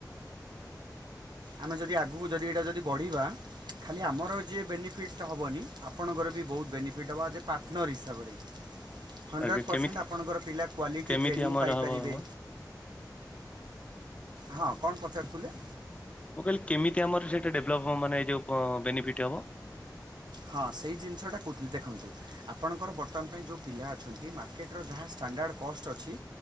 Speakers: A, on the right; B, on the left.
A: ଆମେ ଯଦି ଆଗକୁ ଯଦି ଏଇଟା ଯଦି ବଢ଼ିବା ଖାଲି ଆମର ଯିଏ ବେନିଫିଟ ହବନି ଆପଣଙ୍କର ବି ବହୁତ ବେନିଫିଟ୍ ହବ ଆଜ୍ ଏ ପାର୍ଟନର୍ ହିସାବରେ। ହଣ୍ଡ୍ରେଡ଼
B: ଆଜ୍ଞା,
A: ପରସେଣ୍ଟ
B: କେମିତି
A: ଆପଣଙ୍କର ପିଲା କ୍ୱାଲିଟି
B: କେମିତି
A: ଟ୍ରେନିଂ
B: ଆମର
A: ପାଇପାରିବେ
B: ହବ ହବ?
A: ହଁ, କଣ ପଚାରୁଥିଲେ?
B: ମୁଁ କହିଲି କେମିତି ଆମର ସେଇଟା ଡେଭଲପ ହବ ମାନେ ଯୋଉ ବେନିଫିଟ ହବ?
A: ହଁ, ସେଇ ଜିନିଷଟା କହୁଥିଲି ଦେଖନ୍ତୁ ଆପଣଙ୍କର ବର୍ତ୍ତମାନ ପାଇଁ ଯୋଉ ପିଲା ଅଛନ୍ତି ମାର୍କେଟର ଯାହା ଷ୍ଟାଣ୍ଡାର୍ଡ଼ କଷ୍ଟ ଅଛି